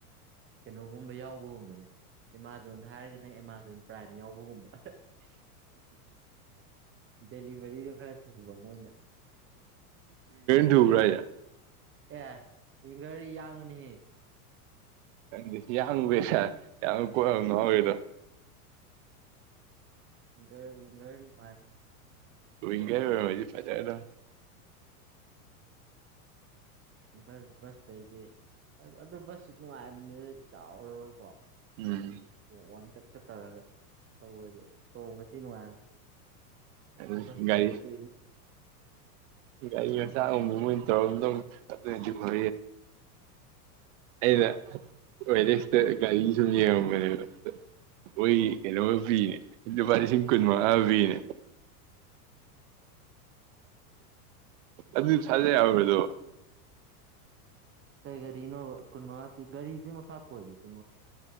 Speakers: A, on the right (about 25°); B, on the right (about 55°).
A: ꯀꯩꯅꯣꯒꯨꯝꯕ ꯌꯥꯎꯕꯒꯨꯝ ꯑꯦꯃꯥꯖꯣꯟꯗ ꯍꯥꯏꯔꯒꯅ ꯑꯦꯃꯥꯖꯣꯟ ꯄ꯭ꯔꯥꯏꯝ ꯌꯥꯎꯕꯒꯨꯝꯕ ꯗꯦꯂꯤꯚꯔꯤꯗꯣ ꯈꯔ ꯊꯨꯕ ꯃꯣꯏꯅ
B: ꯕꯔ
A: ꯑꯦ ꯏ ꯉ ꯌꯥꯡꯅꯤ
B: ꯅꯪꯗꯤ ꯌꯥꯝꯡꯉꯦ ꯁꯥꯔ ꯌꯥꯝ ꯀꯣꯏꯕ ꯉꯥꯎꯋꯦꯗꯣ
A: ꯒꯔꯒꯔꯥꯏ
B: ꯇ ꯏ ꯀ ꯃꯗꯤ ꯐꯖꯗ
A: ꯕꯁ ꯕꯁꯇꯩꯗꯤ ꯑꯗꯨ ꯕꯁꯁ ꯅꯨꯡꯉꯥꯏꯕꯅꯤꯅ ꯆꯥꯎꯔꯒꯀꯣ
B: ꯎꯝ
A: ꯑꯣꯛ ꯋꯥꯡꯇꯛ ꯀ ꯇꯔꯒ ꯊꯧꯁꯦ ꯇꯧꯕ ꯉ ꯊꯤ ꯅꯨꯡꯉꯥꯏꯔꯅꯤ
B: ꯑꯗꯨ
A: ꯑ ꯐꯁ ꯗꯣꯅ
B: ꯒꯥꯔꯤ
A: ꯀ
B: ꯒꯥꯔꯤ ꯉ ꯆꯥꯡ ꯑꯃ ꯃꯣꯏ ꯇꯧꯔꯝ ꯇꯧ ꯑꯗꯨꯗꯤ ꯐ ꯑꯩꯅ ꯑꯣꯏꯔꯦꯛꯁꯤꯗ ꯒꯥꯔꯤ ꯁꯨꯝ ꯌꯦꯡꯉꯝꯒꯅꯦꯕ ꯑ ꯑꯩꯈꯣꯏ ꯀꯩꯅꯣ ꯄꯤꯅꯦ ꯂꯨꯄꯥ ꯂꯤꯁꯤꯡ ꯀꯨꯟ ꯃꯉꯥ ꯄꯤꯅꯦ ꯑꯗꯨ ꯊꯥꯖ ꯌꯥꯎꯋ꯭ꯔꯗꯣ
A: ꯀꯩ ꯀꯔꯤ ꯏꯅꯣ ꯀ ꯒꯥꯔꯤ ꯃꯈ ꯃꯈꯥꯕꯄꯣꯜꯂꯤꯀꯣ